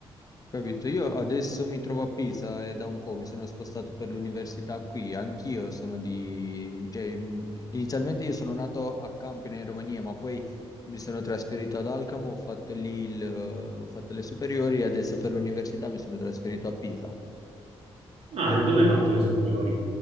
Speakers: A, on the left; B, on the right.
A: Capito? Io adesso mi trovo a Pisa e da un po' mi sono spostato per l'università qui. Anch'io sono di... cioè, mh, inizialmente io sono nato a Campina in Romania, ma poi mi sono trasferito ad Alcamo, ho fatto lì il, ho fatto le superiori e adesso per l'università mi sono trasferito a Pisa.
B: Ah,
A: Come-
B: e dove hai fatto le superiori?